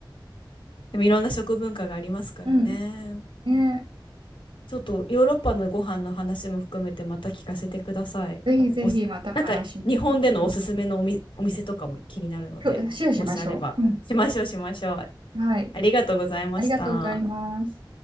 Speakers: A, on the left (about 85°); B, on the right (about 80°).
A: でもいろんな食文化がありますからね。
B: うん。ね、
A: ちょっとヨーロッパのご飯の話も含めてまた聞かせてください。
B: ぜひぜひまた話しましょう。
A: おすなんか日本でのおすすめのおみお店とかも気になるので、
B: 今日シェアしましょう。
A: もしあればしましょうしましょう。
B: うん。はい。
A: ありがとうございました。
B: ありがとうございます。